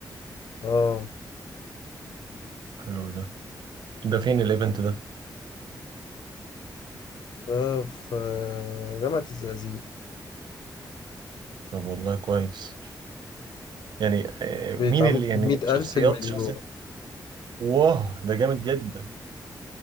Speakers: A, on the left; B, on the right.
A: اه
B: حلو ده ده فين الايفنت ده
A: ده في آه، جامعة الزقازيق
B: طب والله كويس يعني آه،
A: بيدعموك
B: مين اللي يعني
A: من مية
B: شخصيات
A: ألف المليون
B: شخصيات واه ده جامد جدا